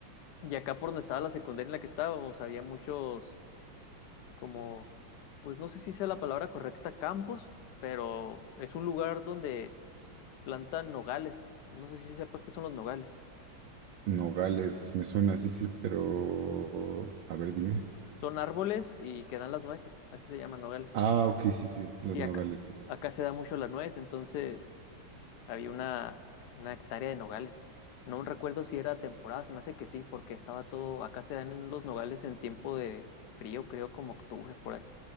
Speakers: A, on the left (about 65°); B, on the right (about 70°).
A: y acá por donde estaba la secundaria en la que estábamos, había muchos, como, pues no sé si sea la palabra correcta, campos, pero es un lugar donde plantan nogales. No sé si sepas qué son los nogales.
B: Nogales, me suena, sí, sí, pero... A ver, dime.
A: Son árboles y que dan las nueces, así se llaman nogales.
B: Ah, ok, sí, sí, los
A: Sí,
B: nogales.
A: acá,
B: sí.
A: acá se da mucho la nuez, entonces había una, una hectárea de nogales. No recuerdo si era temporada, se me hace que sí, porque estaba todo, acá se dan en los nogales en tiempo de frío, creo como octubre por ahí.